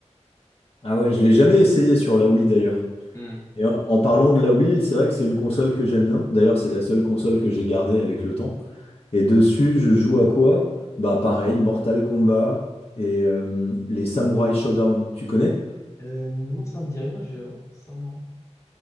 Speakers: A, on the left (about 55°); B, on the left (about 25°).
A: Ah ouais, je l'ai jamais essayé sur la Wii d'ailleurs.
B: Hmm.
A: Et en en parlant de la Wii, c'est vrai que c'est une console que j'aime bien. D'ailleurs, c'est la seule console que j'ai gardée avec le temps. Et dessus, je joue à quoi? Bah pareil, Mortal Kombat et euh, les Samurai Showdown. Tu connais?
B: Euh, non, ça me dit rien, je vais voir. Ça me...